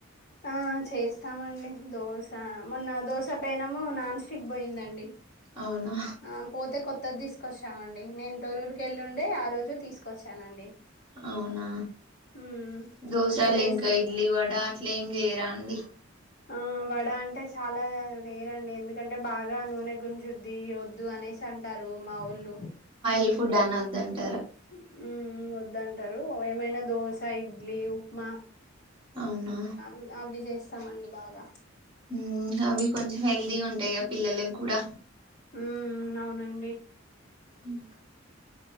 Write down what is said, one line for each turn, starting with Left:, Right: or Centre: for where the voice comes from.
Left: ఆ చేస్తామండి దోశె మొన్న దోశ పెనము నాన్ స్టిక్ బోయిందండి.
Right: అవునా
Left: ఆ పోతే కొత్త్ కొత్తది తీసుకొచ్చామండి నేను తొరూరికి వెళ్ళి ఉండే ఆ రోజు తీసుకొచ్చానండి
Right: అవునా
Left: మ్మ్
Right: దోసెలింకా
Left: మీరేస్
Right: ఇడ్లీ వడా అట్లేం జేయరాండి
Left: ఆ వడ అంటే చాలా వేరండి ఎందుకంటే బాగా నూనె గుంజుద్ది వద్దు అనేసి అంటారు మా వోళ్ళు.
Right: ఈఫుడ్డ్ అనద్దండి
Left: మ్ హ్మ్ మ్మ్ వద్దంటారు ఏమైనా దోశ ఇడ్లీ ఉప్మా
Right: అవునా
Left: అ ఆ విజయ్స్ తమండీ బాగా
Right: మ్మ్ అవి కొంజెం హెల్తీగా ఉంటాయ్ గ పిల్లల్లక్ గూడ
Left: మ్మ్ అవునండి
Right: హ్మ్